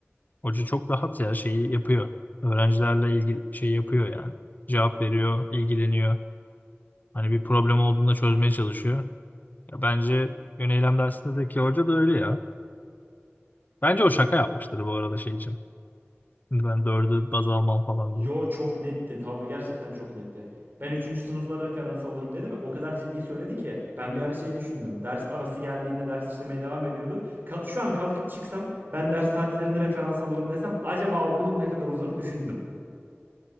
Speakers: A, on the left (about 40°); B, on the right (about 50°).
A: Hoca çok rahat ya şeyi yapıyor. Öğrencilerle ilgili şey yapıyor yani. Cevap veriyor, ilgileniyor. Hani bir problem olduğunda çözmeye çalışıyor. Ya bence yön eylem dersindeki hoca da öyle ya. Bence o şaka yapmıştır bu arada şey için. Şimdi ben dördü baz almam falan diye.
B: Yo çok netti. Tavrı gerçekten çok netti. Ben üçüncü sınıflara referans alırım dedi ve o kadar ciddi söyledi ki ben bir ara şey düşündüm. Ders arası geldiğinde ders işlemeye devam ediyordu. Ka- Şu an kalkıp çıksam ben ders saatlerini referans alırım desem acaba okulum ne kadar uzarı düşündüm.